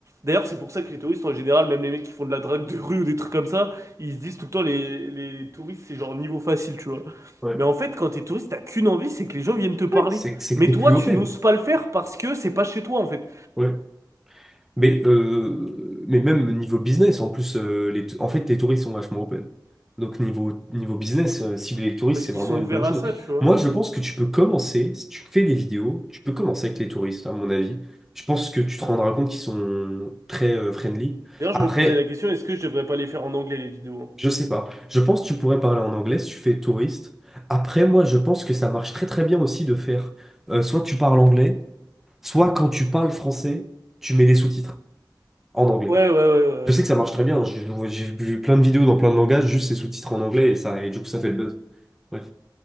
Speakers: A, on the right; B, in the centre.
A: D'ailleurs, c'est pour ça que les touristes en général, même les mecs qui font de la drague de rue ou des trucs comme ça, ils se disent tout le temps, les, les touristes, c'est genre niveau facile, tu vois.
B: Ouais,
A: Mais en fait, quand t'es touriste, t'as qu'une envie, c'est que les gens viennent te parler.
B: Ouais, c'est c'est que
A: Mais
B: t'es
A: toi,
B: plus
A: tu
B: open.
A: n'oses pas le faire parce que c'est pas chez toi, en fait.
B: ouais, Mais, euh, mais même niveau business, en plus, euh, les, tou- en fait, les touristes sont vachement open. Donc, niveau, niveau business, euh, cibler les touristes,
A: Parce
B: c'est
A: qu'ils
B: vraiment
A: sont
B: une
A: ouverts
B: bonne chose.
A: à ça, tu vois.
B: Moi, je pense que tu peux commencer, si tu fais des vidéos, tu peux commencer avec les touristes, à mon avis. Je pense que tu te rendras compte qu'ils sont très euh, friendly.
A: D'ailleurs,
B: Après,
A: je me posais la question, est-ce que je devrais pas les faire en anglais, les vidéos? hein
B: Je sais pas. Je pense que tu pourrais parler en anglais si tu fais touriste. Après, moi, je pense que ça marche très très bien aussi de faire euh, soit tu parles anglais, soit quand tu parles français, tu mets des sous-titres en anglais.
A: Ouais, ouais, ouais, ouais.
B: Je
A: ouais.
B: sais que ça marche très bien. J'ai j'ai vu plein de vidéos dans plein de langages, juste ces sous-titres en anglais et ça, et du coup, ça fait le buzz. Bref.